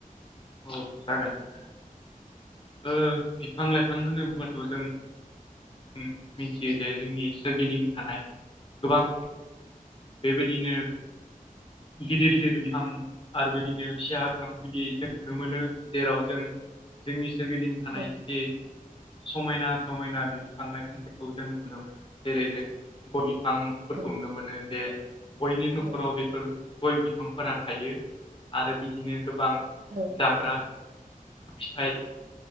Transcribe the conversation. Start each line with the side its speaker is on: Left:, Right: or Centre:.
Left: औ जागोन। नोंथां। ओ बिफां -लाइफां होनोबाथ' जों ओ मिथियो जे जोंनि सोरगिदिं थानाय गोबां बेबायदिनो गिदिर -गिदिर बिफां आरो बिदिनो फिसा बिफां बिदि जों नुनो मोनो। जेराव जों जोंनि सोरगिदिं थानाय
Right: औ
Left: जे समायना रमायना बे बिफां लाइफांफोरखौ जों नुनो मोनो जेरै जों गय बिफांफोरखौ
Right: औ
Left: नुनो मोनो जे <unintelligible> बयनिबो
Right: औ
Left: न'खराव बेफोर गय बिफांफोरा थायो। आरो बिदिनो गोबां
Right: औ
Left: जाग्रा फिथाइ